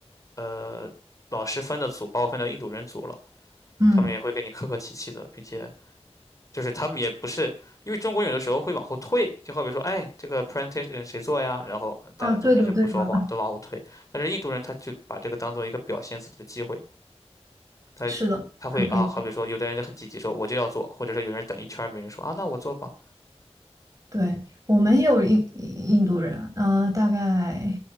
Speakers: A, on the left; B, on the right.
A: 呃，老师分的组把我分到印度人组了，
B: 嗯，
A: 他们也会跟你客客气气的，并且就是他们也不是，因为中国有的时候会往后退，就好比说，哎，这个 presentation 谁做呀？然后大家都开始不说话，
B: 哦，对的对的，
A: 都往后退。但是印度人他就把这个当做一个表现自己的机会，他
B: 是的，
A: 他会啊，
B: 很不一样
A: 好比说有的人就很积极说我就要做，或者说有人等一圈儿没人说啊，那我做吧，
B: 对，我们也有印印度人，呃，大概